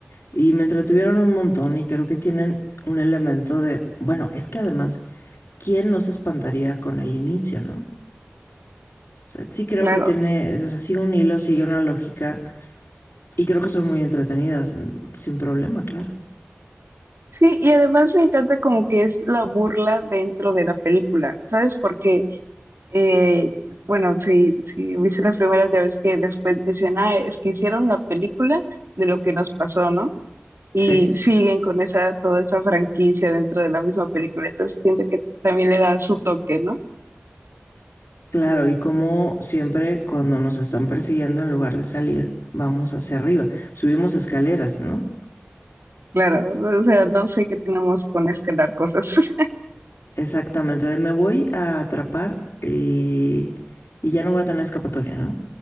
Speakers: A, on the left; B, on the right.
A: y me entretuvieron un montón y creo que tienen un elemento de, bueno, es que además, ¿quién no se espantaría con el inicio, no? O sea, sí creo
B: claro.
A: que tiene, o sea, sigue un hilo, sigue una lógica y creo que son muy entretenidas, mm, sin problema, claro.
B: Sí, y además me encanta como que es la burla dentro de la película, ¿sabes? Porque, eh, bueno, si, si viste las primeras, ya ves que después dicen, ah, es que hicieron la película de lo que nos pasó, ¿no? Y
A: Sí.
B: siguen con esa, toda esa franquicia dentro de la misma película, entonces siento que también le da su toque, ¿no?
A: Claro, y como siempre cuando nos están persiguiendo, en lugar de salir, vamos hacia arriba, subimos escaleras, ¿no?
B: Claro, o sea, no sé qué tenemos con escalar cosas. <laughs>
A: Exactamente, de me voy a atrapar y, y ya no voy a tener escapatoria, ¿no?